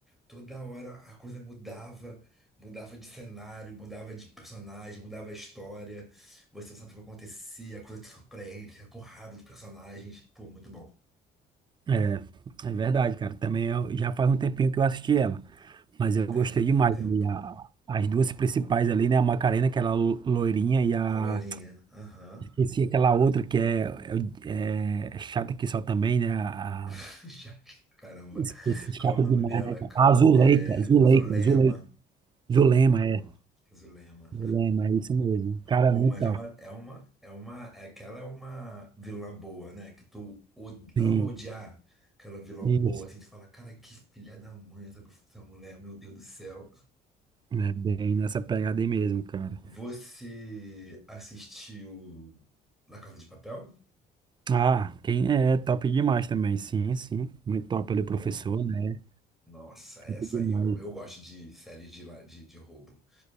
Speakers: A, in the centre; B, on the right.
A: toda hora a coisa mudava, mudava de cenário, mudava de personagem, mudava a história. Você não sabe o que vai acontecer, a coisa te surpreende, fica com raiva dos personagens. Pô, muito bom,
B: É. É verdade, cara. Também eu- já faz um tempinho que eu assisti ela, mas eu gostei
A: né?
B: demais.
A: Tem tempo.
B: né? E a- as duas principais ali, né? A Macarena, aquela lo- loirinha, e a.
A: A loirinha. Aham.
B: Esqueci aquela outra que é, é, é chata que só também, né? A,
A: <laughs>
B: a-
A: Já- Caramba.
B: esqueci, chata
A: Qual é o nome
B: demais,
A: dela?
B: né?
A: Calma.
B: A Zuleika,
A: É
B: Zuleika,
A: Zulema.
B: Zuleika. Zulema,
A: Zulema. Não.
B: é.
A: Zulema.
B: Zulema, é isso mesmo. Cara,
A: Pô,
B: muito
A: mas
B: da
A: é uma,
B: hora.
A: é uma, é uma, é que ela é uma vilã boa, né? Que tu od-
B: Sim,
A: ama odiar aquela vilã
B: isso.
A: boa, assim, tu fala, cara, que filha da mãe essa, essa mulher, meu Deus do céu.
B: É bem nessa pegada aí mesmo, cara.
A: Você assistiu La Casa de Papel?
B: Ah, quem é é top demais também. Sim, sim. Muito top ele, professor,
A: Pô,
B: né?
A: nossa, essa
B: Top demais.
A: aí eu, eu gosto de série de, la- de, de roubo.